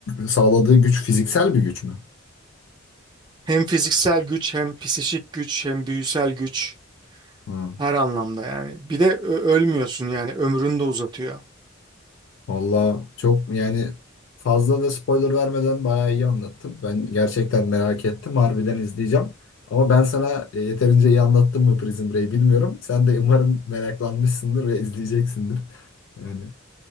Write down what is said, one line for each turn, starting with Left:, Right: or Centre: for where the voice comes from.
Left: sağladığı güç fiziksel bir güç mü?
Right: Hem fiziksel güç, hem psişik güç, hem büyüsel güç.
Left: Hmm.
Right: Her anlamda yani. Bir de ö- ölmüyorsun yani. Ömrünü de uzatıyor.
Left: Valla çok yani fazla da spoiler vermeden bayağı iyi anlattın. Ben gerçekten merak ettim. Harbiden izleyeceğim. Ama ben sana e, yeterince iyi anlattım mı Prison Break'i bilmiyorum. Sen de umarım meraklanmışsındır ve izleyeceksindir. Yani.